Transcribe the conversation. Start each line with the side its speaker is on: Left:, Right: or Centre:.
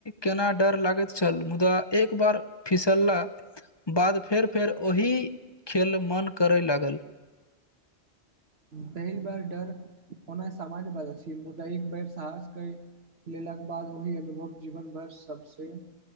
Left: केना डर लागैत छल मुदा एक बार फिसलला बाद फेर फेर ओहि खेल मन करैय लागल
Right: पहिल बार डर होना सामान्य बाद छी मुदा एक बेर साहसके लेलाके बाद ओहि अनुभव जीवन भर सबसे